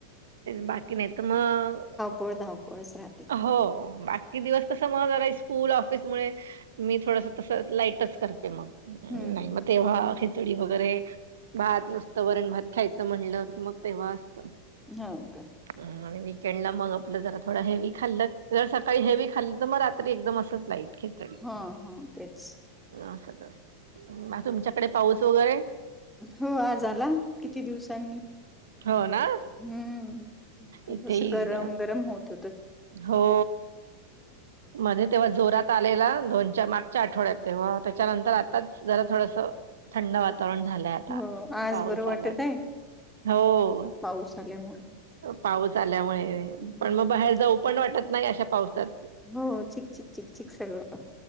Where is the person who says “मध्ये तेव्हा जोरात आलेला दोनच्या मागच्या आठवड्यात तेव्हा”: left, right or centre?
Right